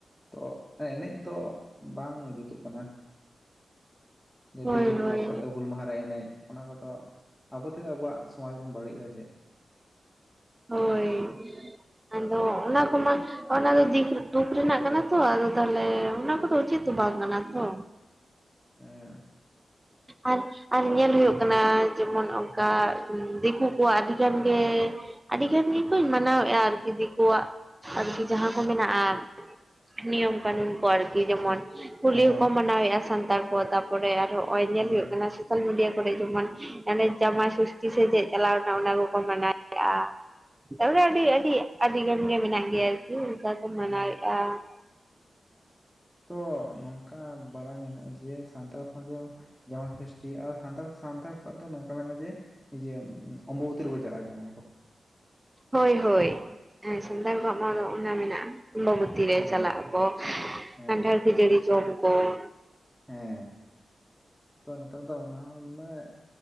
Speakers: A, in the centre; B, on the right.
A: ᱛᱚ, ᱮᱱᱮᱡ ᱫᱚ ᱵᱟᱝ ᱡᱩᱛᱩᱜ ᱠᱟᱱᱟ ᱡᱮ
B: ᱦᱳᱭ
A: ᱰᱤᱡᱮ
B: ᱦᱳᱭ
A: ᱵᱚᱠᱥ ᱠᱟᱛᱮ ᱦᱩᱞ ᱢᱟᱦᱟᱸ ᱨᱮ ᱮᱱᱮᱡ ᱾ ᱚᱱᱟ ᱠᱚᱫᱚ, ᱟᱵᱚ ᱛᱮᱜᱮ ᱟᱵᱚᱣᱟᱜ ᱥᱚᱢᱟᱡᱽ ᱵᱚᱱ ᱵᱟᱹᱲᱤᱡ ᱮᱫᱟ ᱪᱮᱫ ᱾
B: ᱦᱚᱭ ᱟᱫᱚ ᱚᱱᱟ ᱠᱚᱢᱟ ᱱᱷᱟᱜ ᱚᱱᱟ ᱫᱚ ᱫᱤ ᱫᱩᱠ ᱨᱮᱱᱟᱜ ᱠᱟᱱᱟ ᱛᱚ ᱟᱫᱚ ᱛᱟᱦᱚᱞᱮ ᱚᱱᱟ ᱠᱚᱫᱚ ᱩᱪᱤᱛ ᱫᱚ ᱵᱟᱝ ᱠᱟᱱᱟ ᱛᱚ᱾
A: ᱦᱮᱸᱻ
B: ᱟᱨ ᱟᱨ ᱧᱮᱞ ᱦᱩᱭᱩᱜ ᱠᱟᱱᱟ ᱡᱮᱢᱚᱱ ᱚᱱᱠᱟ ᱫᱤᱠᱩ ᱠᱚᱣᱟᱜ ᱟᱹᱰᱤᱜᱟᱱ ᱜᱮ, ᱟᱹᱰᱤᱜᱟᱱ ᱜᱮ ᱠᱚ ᱢᱟᱱᱟᱣᱮᱫᱼᱟ ᱟᱨᱠᱤ ᱫᱤᱠᱩᱣᱟᱜ ᱟᱨᱠᱤ ᱡᱟᱦᱟᱸ ᱠᱚ ᱢᱮᱱᱟᱜᱼᱟ᱾ ᱱᱤᱭᱚᱢ ᱠᱟᱱᱩᱱ ᱠᱚ ᱟᱨᱠᱤ ᱡᱮᱢᱚᱱ ᱦᱚᱞᱤ
A: ᱦᱮᱸ
B: ᱦᱚᱸᱠᱚ ᱢᱟᱱᱟᱣᱮᱫᱼᱟ ᱥᱟᱱᱛᱟᱲ ᱠᱚ ᱛᱟᱯᱚᱨᱮ ᱟᱨᱦᱚᱸ ᱱᱚᱜᱼᱚᱭ ᱧᱮᱞ
A: ᱦᱮᱸ
B: ᱦᱩᱭᱩᱜ ᱠᱟᱱᱟ ᱥᱳᱟᱞ ᱢᱤᱰᱤᱭᱟ ᱠᱚᱨᱮ ᱡᱮᱢᱚᱱ ᱮ ᱡᱟᱢᱟᱭ ᱥᱚᱥᱴᱤ ᱥᱮ ᱪᱮᱫ ᱪᱟᱞᱟᱣᱮᱱᱟ ᱚᱱᱟ ᱠᱚᱠᱚ ᱢᱮᱱᱟᱣᱮᱭᱟᱜᱼᱟ᱾ ᱛᱟᱯᱚᱨᱮ ᱟᱹᱰᱤ ᱟᱹᱰᱤ ᱟᱹᱰᱤ ᱜᱟᱱ ᱜᱮ ᱢᱮᱱᱟᱜ ᱜᱮᱭᱟ᱾ᱟᱨᱠᱤ ᱚᱱᱠᱟ ᱠᱚ
A: ᱦᱩᱸ
B: ᱢᱟᱱᱟᱭᱮᱫᱼᱟ ᱾
A: ᱛᱚ ᱱᱚᱝᱠᱟ ᱵᱟᱲᱟᱭ ᱢᱮᱱᱟᱜᱼᱟ ᱡᱮ ᱥᱟᱱᱛᱟᱲ ᱥᱚᱢᱟᱡᱽ ᱨᱮ ᱡᱮᱢᱚᱱ ᱦᱤᱥ ᱴᱤ ᱟᱨ ᱥᱟᱱᱛᱟᱲ ᱥᱟᱱᱛᱟᱲ ᱠᱚᱣᱟᱜ ᱫᱚ ᱱᱚᱝᱠᱟ ᱢᱮᱱᱟᱜᱼᱟ ᱡᱮ, ᱱᱤᱡᱮ ᱚᱢᱵᱚᱵᱚᱛᱤ ᱨᱮᱠᱚ ᱪᱟᱞᱟᱜᱼᱟ ᱡᱟᱦᱟᱸᱭ ᱠᱚ
B: ᱦᱚᱭ ᱦᱚᱭ, ᱥᱟᱱᱛᱟᱲ ᱠᱚᱣᱟᱜ ᱢᱟ ᱚᱱᱟ ᱢᱮᱱᱟᱜᱼᱟ ᱚᱢᱵᱚ ᱛᱤ ᱨᱮ
A: ᱦᱮᱸ
B: ᱪᱟᱞᱟᱜ ᱟᱠᱚ
A: ᱦᱮᱸ
B: ᱠᱟᱱᱴᱷᱟᱲ ᱠᱷᱟᱹᱡᱟᱹᱲᱤ ᱡᱚᱢ ᱠᱚ ᱾
A: ᱦᱮᱸ ᱛᱚ ᱱᱮᱛᱟᱨ ᱫᱚ ᱚᱱᱟ ᱦᱚᱸ ᱢᱟᱱᱮ